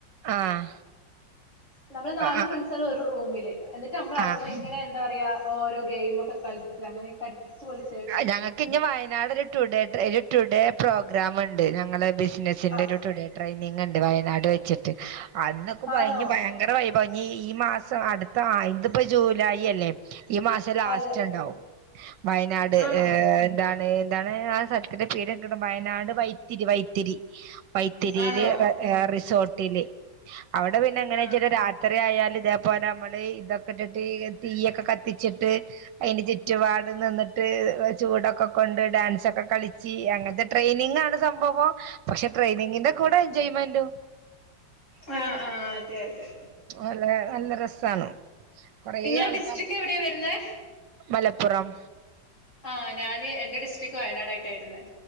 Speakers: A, on the right (about 70°); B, on the left (about 40°).
A: ആഹ്.
B: നമ്മള് നാല്
A: ആഹ്
B: ഫ്രണ്ട്സാള് ഒരു റൂമില് എന്നിട്ട് നമ്മള് അവിടുന്ന്
A: ആഹ്
B: ഇങ്ങനെ എന്താ പറയാ ഓരോ ഗെയിമൊക്കെ കളിച്ച്, അങ്ങനെക്കെ അടിച്ച്പൊളി-
A: അഹ് ഞങ്ങക്ക്ഞ്ഞ് വയനാടൊര് ടുഡേ ട്രെ ഒരുടുഡേ പ്രോഗ്രാമ്ണ്ട് ഞങ്ങളെ ബിസിനസ് - പശെ ഇന്റൊരു
B: ആ
A: ടുഡേട്രെയിനിങ്ണ്ട് വയനാട് വെച്ച്ട്ട്. അന്നൊക്കെ <unintelligible>
B: ആണോ
A: വേറെ വൈബാവും ഞ്ഞീ ഈ മാസം അടുത്ത ആ, ഇത്പ്പൊ ജൂലായി അല്ലെ? ഈ മാഷം ലാസ്റ്റ്ണ്ടാവും.
B: അതെ
A: വയനാട്
B: ആണോ
A: ഏ എന്താണ് എന്താണ് ആ സലത്തിന്റെ പേര്! വയനാട് വൈത്തിരി വൈത്തിരി. വൈത്തിരീല്
B: ആണോ
A: റെ ഏ റിസോർട്ടില്. അവടെ പിന്നെ എങ്ങാനോയ്ച്ചാല്
B: ആ
A: രാ- എത്തറേയാലും ഇതേ പോലമ്മള് ഇതൊക്കെട്ടിട്ട് തീയൊക്കെ കത്തി- ച്ച്ട്ട് അയിന്റെ ചുറ്റുപാടും നിന്ന് - ത്ത് ചൂടൊക്കെ കൊണ്ട് ഡാൻസൊക്കെ കളിച്ചി അങ്ങനത്തെ ട്രെയിനിങ്ങാണ് സംഭവം. പക്ഷെ ട്രെയിനിങ്ങിന്റെ കൂടെ എൻജോയ്മെന്റും
B: ആ ആ അതെ അതെ
A: ഓലേ നല്ല രസാണ്. കൊറേ
B: നിങ്ങളെ
A: ആൾക്കാർ
B: ഡിസ്ട്രിക്റ്റ് എവടെയാ വരുന്നേ?
A: മലപ്പുറം.
B: ആഹ് ഞാന് എന്റെ ഡിസ്ട്രിക്ക് വയനാടായിട്ടാ വരുന്നെ.